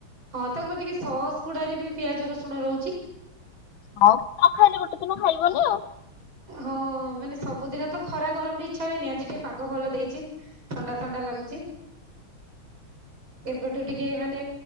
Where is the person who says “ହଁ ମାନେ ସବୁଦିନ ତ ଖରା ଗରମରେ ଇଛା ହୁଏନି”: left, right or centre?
Right